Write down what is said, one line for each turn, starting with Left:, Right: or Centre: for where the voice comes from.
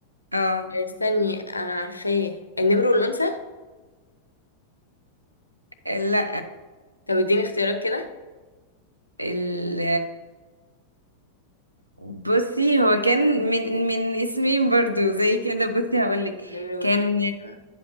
Right: اه
Left: استني انا عارفاه النمر والانثى
Right: لا
Left: طب اديني اختيارات كده
Right: ال بصي هو كان من من اسمين برضو زي كده بصي هقولك
Left: النمر والانثى
Right: كان